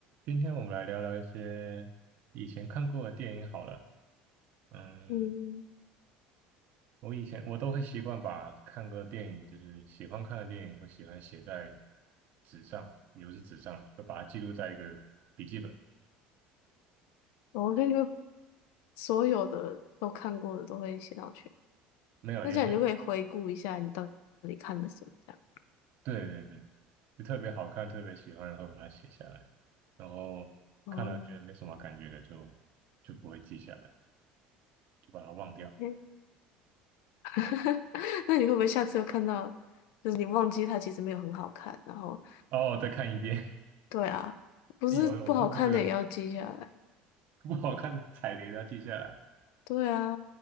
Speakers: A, on the right; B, on the left.
A: 今天我们来聊聊一些以前看过的电影好了。嗯，
B: 嗯，
A: 我以前我都会习惯把看过的电影，就是喜欢看的电影，会喜欢写在纸上，也不是纸上，会把它记录在一个笔记本。
B: 我感觉所有的都看过的都会写上去，
A: 没有，
B: 那这样你就可以回顾一下你到底看了什么这样。
A: 有些对对对，就特别好看，特别喜欢，然后把它写下来，然后看了觉得没什么感觉的，
B: 哦，
A: 就就不会记下来，就把它忘掉。
B: 诶 <laughs> 那你会不会下次又看到，就是你忘记它其实没有很好看，然后
A: 哦，再看一遍，
B: 对啊，
A: <laughs>
B: 不是不好看的也要记下来，
A: 有有，我做过这个 <laughs> 事情不好看的踩雷，要记下来。
B: 对啊，